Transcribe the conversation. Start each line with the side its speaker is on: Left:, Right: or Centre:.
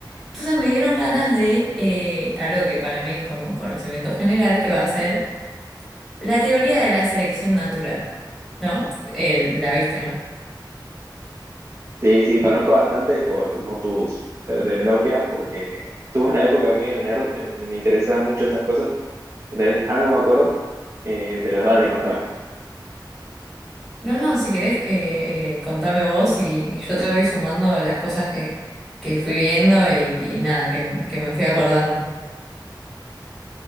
Centre: Entonces me dieron ganas de eh, algo que para mí es como un conocimiento general, que va a ser La teoría de la selección natural, ¿no? Eh, la viste, ¿no?
Right: Sí, sí, conozco bastante por Motus Cerebropia, porque tuve una época medio nerd en me interesaban mucho estas cosas. Entonces, algo me acuerdo, eh, pero dale, contame.
Centre: No, no, si querés, eh, eh, contame vos y, y yo te voy sumando las cosas que, que fui viendo y, y nada, que, que me fui acordando.